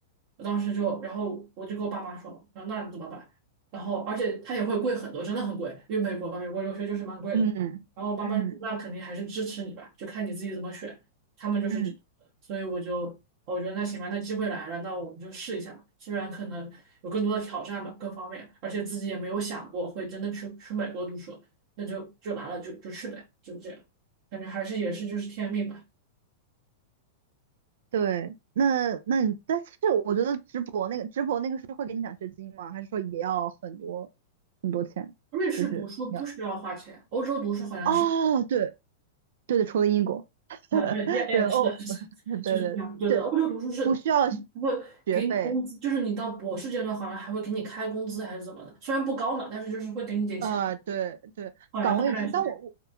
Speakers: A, on the right; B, on the right.
A: 我当时就，然后我就跟我爸妈说，然后那你怎么办？然后而且它也会贵很多，真的很贵，因为美国嘛，美国留学就是蛮贵的。
B: 嗯嗯
A: 然后我爸妈就说那肯定还是支持你吧，就看你自己怎么选。他们就是，
B: 嗯。
A: 所以我就我觉得那行吧，那机会来了，那我们就试一下吧。虽然可能有更多的挑战吧，各方面，而且自己也没有想过会真的去去美国读书，那就就来了就就去呗，就这样。感觉还是也是就是天命吧。
B: 对，那那你，但是我觉得直播那个直播那个是会给你奖学金吗？还是说也要很多很多钱？
A: 瑞士读书不需要花钱，
B: 就是要
A: 欧洲读书好像是。
B: 哦，对对对，除了英国，<laughs>
A: 啊对，也也是的，
B: 对哦，<laughs>
A: 就是这样。
B: 对对对，
A: 对的，欧洲读书是还会给你工资，
B: 不需要学费，
A: 就是你到博士阶段好像还会给你开工资还是怎么的，虽然不高嘛，但是就是会给你点钱，
B: 呃，对对，
A: 好像大概是这样。
B: 岗位制，但我我